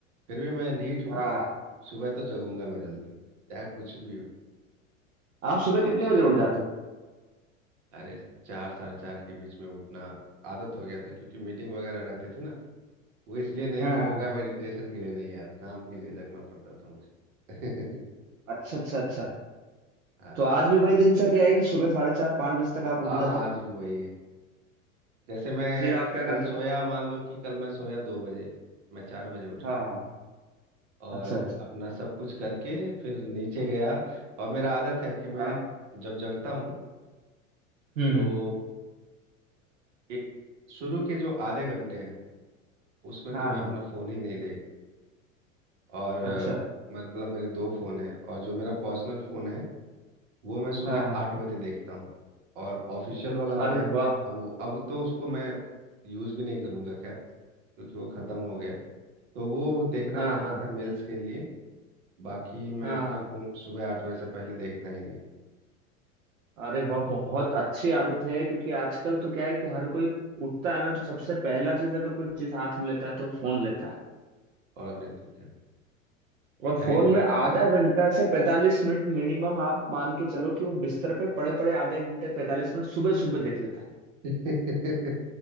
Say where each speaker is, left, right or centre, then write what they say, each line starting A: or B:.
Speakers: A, on the right; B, on the right.
A: फिर भी मैं ढीठ हूँ
B: हाँ
A: सुबह तो जगूंगा मैं जल्दी चाहे कुछ भी
B: आप सुबह
A: हो
B: कितने बजे उठ जाते हो
A: अरे चार साढ़े चार के बीच में उठना आदत हो गया था क्योंकि मीटिंग वगैरह रहती थी ना वो इसलिए नहीं
B: हाँ
A: कि
B: हाँ
A: योगा मेडिटेशन के लिए नहीं यार काम के लिए जगना पड़ता था मुझे
B: अच्छा अच्छा अच्छा
A: <laughs> हाँ
B: तो आज भी वही दिनचर्या है कि सुबह साढ़े चार पाँच बजे तक आप उठ
A: हाँ
B: जाते हो
A: आज भी वही है जैसे मैं
B: फिर आप क्या करते
A: कल सोया
B: हो
A: मान लो कि कल मैं सोया दो बजे मैं चार बजे उठा
B: हाँ हाँ
A: और
B: अच्छा अच्छा
A: अपना सब कुछ करके फिर नीचे गया और मेरा आदत है कि मैं
B: हाँ
A: जब जगता हूँ
B: हम्म
A: तो
B: हम्म
A: ए- शुरू के जो आधे घंटे हैं उसमें
B: हाँ
A: तो मैं
B: हाँ
A: अपना फोन ही नहीं और अ,
B: अच्छा
A: मतलब मेरे दो फ़ोन हैं और जो मेरा पर्सनल फ़ोन है वो मैं सुबह
B: हाँ हाँ
A: आठ बजे देखता हूँ और ऑफिशियल वाला जो
B: अरे
A: है
B: वाह
A: अब वो अब तो उसको मैं यूज़ भी नहीं करूँगा खैर क्योंकि वो ख़त्म हो गया तो वो देखना
B: हाँ
A: पड़ता
B: हाँ
A: था मेल्स के लिए बाकी मैं
B: हाँ
A: अपना फ़ोन सुबह आठ बजे से पहले देखता ही नहीं
B: अरे वाह बहुत अच्छी आदत है क्योंकि आजकल तो क्या है कि हर कोई उठता है ना तो सबसे पहला चीज अगर कोई चीज हाथ में लेता है तो फोन लेता है
A: और नहीं तो क्या क्या
B: और फोन
A: ही ज़रूरत
B: में आधा
A: है यार
B: घंटा से पैंतालीस मिनट मिनिमम आप मान के चलो कि वो बिस्तर पे पड़े पड़े आधे घंटे पैंतालीस मिनट सुबह सुबह देख लेता है
A: <laughs>